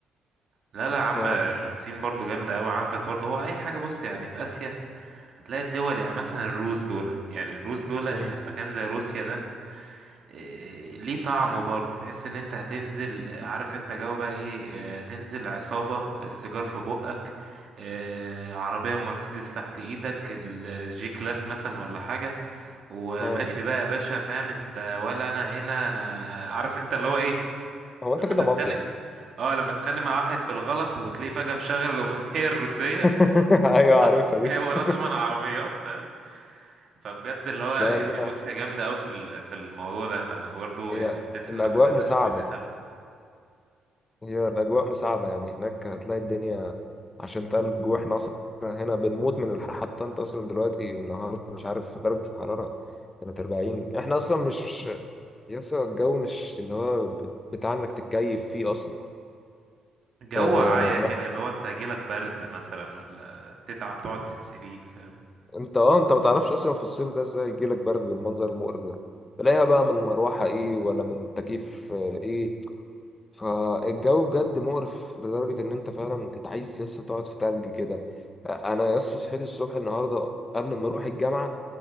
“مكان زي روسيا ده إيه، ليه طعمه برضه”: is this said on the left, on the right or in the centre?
Right